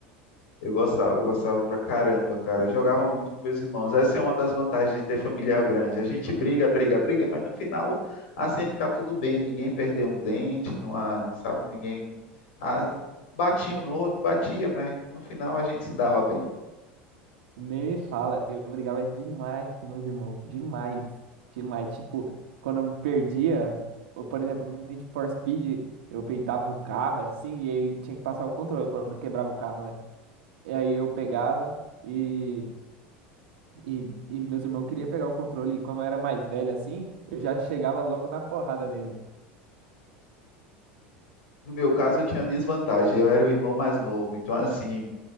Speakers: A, on the left; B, on the right.
A: eu gostava, eu gostava pra caramba, cara. Eu jogava muito com meus irmãos. Essa é uma das vantagens de ter família grande. A gente briga, briga, briga, mas no final assim fica tudo bem, ninguém perdeu um dente, não há, sabe, ninguém ah, batia um no outro, batia, mas no final a gente se dava bem.
B: Nem me fala, eu brigava demais com meus irmãos, demais, demais. Tipo, quando eu perdia, ou, por exemplo, no Need for Speed, eu peitava o carro assim, e aí tinha que passar o controle quando quebrava o carro, né? E aí eu pegava. E E, e meus irmãos queriam pegar o controle, e como eu era mais velho assim, eu já chegava logo na porrada nele.
A: No meu caso, eu tinha desvantagem. Eu era o irmão mais novo. Então, assim,